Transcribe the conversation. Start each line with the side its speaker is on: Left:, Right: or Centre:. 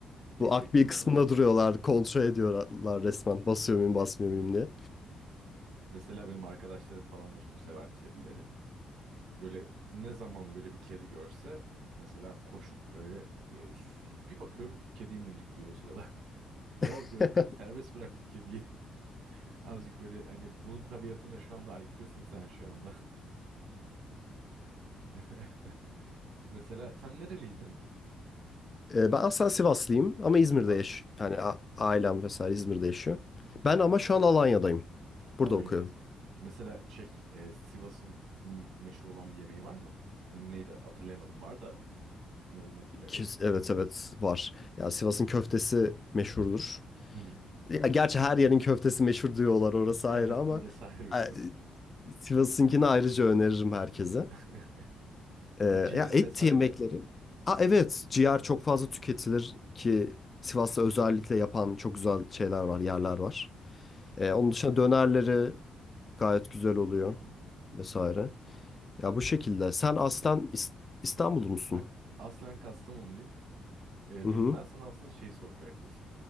Right: Yüksek
Left: Bu akbil
Right: ihtimalle.
Left: kısmında duruyorlar. Kontrol ediyorlar resmen. Basıyor muyum basmıyor muyum diye.
Right: Mesela benim arkadaşlarım falan da çok sever kedileri. Böyle ne zaman böyle bir kedi görse mesela koşup böyle e, sü- bir bakıyorum kediyi mıncıklıyor o sırada. <laughs> Ya
Left: <laughs>
Right: diyorum serbest bırak bu kediyi. <laughs> Azıcık böyle hani bunun tabiatına şu anda aykırısın sen şu anda. <laughs> Mesela sen nereliydin?
Left: E, Ben aslında Sivaslıyım ama İzmir'de
Right: Sivaslısın.
Left: yaş yani a- ailem vesaire İzmir'de yaşıyor. Ben ama şu an Alanya'dayım.
Right: Alanya'dasın.
Left: Burada okuyorum.
Right: Mesela şey e, Sivas'ın m- meşhur olan bir yemeği var mı? Neydi hatırlayamadım. Var da ne olduğunu hatırlayamadım.
Left: Kes- Evet evet var. Ya Sivas'ın köftesi meşhurdur.
Right: Hı hı.
Left: Ya gerçi her yerin köftesi meşhur diyorlar orası
Right: Evet
Left: ayrı ama
Right: orası <laughs> ayrı bir konu.
Left: e, Sivas'ınkini ayrıca öneririm herkese.
Right: <laughs>
Left: Ee,
Right: E, Ciğer
Left: ya et
Right: vesaire.
Left: yemekleri. Aa evet, ciğer çok fazla tüketilir ki Sivas'ta özellikle yapan çok güzel şeyler var, yerler var. Ee, onun dışında dönerleri gayet güzel oluyor
Right: Hı hı.
Left: vesaire. Ya bu şekilde. Sen aslen İs- İstanbullu musun?
Right: Ben aslen Kastamonluyum. E,
Left: Hı
Right: ben,
Left: hı.
Right: ben sana aslında şey soracaktım.